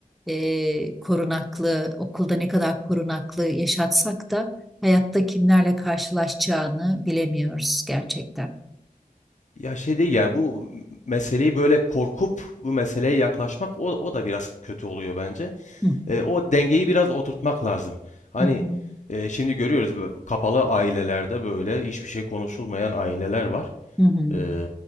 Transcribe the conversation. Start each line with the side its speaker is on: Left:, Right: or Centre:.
Centre: e, korunaklı, okulda ne kadar korunaklı yaşatsak da hayatta kimlerle karşılaşacağını bilemiyoruz gerçekten.
Left: Ya şey değil yani bu meseleyi böyle korkup bu meseleye yaklaşmak o, o da biraz kötü oluyor bence.
Centre: Hı,
Left: E, o dengeyi biraz oturtmak lazım. Hani
Centre: hı, hı,
Left: e, şimdi görüyoruz bu kapalı ailelerde böyle hiçbir şey konuşulmayan aileler var.
Centre: hı, hı.
Left: E,